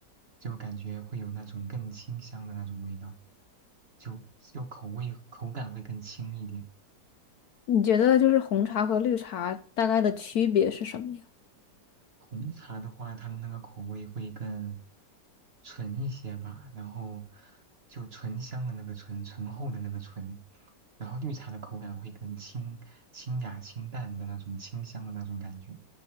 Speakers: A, on the right; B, on the left.
A: 就感觉会有那种更清香的那种味道，就就口味口感会更轻一点。
B: 你觉得就是红茶和绿茶大概的区别是什么呀？
A: 红茶的话，它的那个口味会更纯一些吧，然后就醇香的那个醇，醇厚的那个醇，然后绿茶的口感会更清清雅清淡的那种清香的那种感觉。